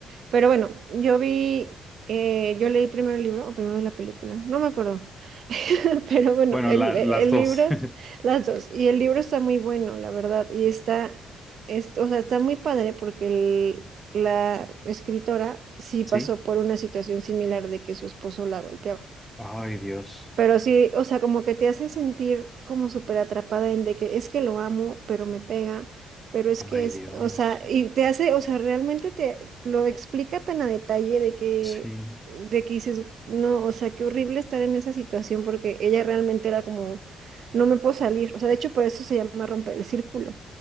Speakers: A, on the right; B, in the centre.
A: Pero bueno, yo vi, eh, yo leí primero el libro o primero la película, no me acuerdo. <laughs> Pero bueno,
B: Bueno,
A: el,
B: la-
A: el
B: las dos.
A: libro,
B: <laughs>
A: las dos. Y el libro está muy bueno, la verdad. Y está, es- o sea, está muy padre porque el- la escritora sí pasó
B: Sí.
A: por una situación similar de que su esposo la golpeaba.
B: Ay, Dios.
A: Pero sí, o sea, como que te hace sentir como súper atrapada en de que es que lo amo, pero me pega, pero es que
B: Ay,
A: es,
B: Dios.
A: o sea, y te hace, o sea, realmente te lo explica tan a detalle de que,
B: Sí.
A: de que dices, no, o sea, qué horrible estar en esa situación porque ella realmente era como, no me puedo salir, o sea, de hecho por eso se llama romper el círculo